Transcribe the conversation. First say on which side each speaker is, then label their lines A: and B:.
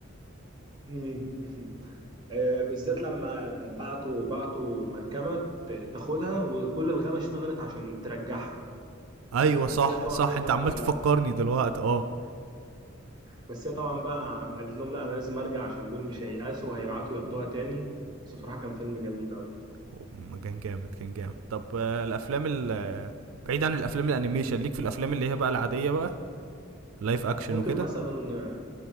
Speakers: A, on the right; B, on the right.
A: مم. <laughs> آه، بالذات لما بعتوا بعتوا مركبة ت- تاخدها وكل الغابة اشتغلت عشان ترجعها
B: ايوه
A: بس
B: صح
A: هي طبعا
B: صح
A: إيه
B: انت
A: بقى
B: عمال تفكرني دلوقتي اه
A: بس هي طبعا بقى قالت لهم لا انا لازم ارجع عشان دول مش هييأسوا وهيبعتوا ياخدوها تاني بس بصراحه كان فيلم جميل قوي
B: هو كان جامد كان جامد طب آه، الافلام ال آه، بعيد عن الافلام الانيميشن ليك في الافلام اللي هي بقى العاديه بقى لايف اكشن
A: ممكن
B: وكده
A: مثلا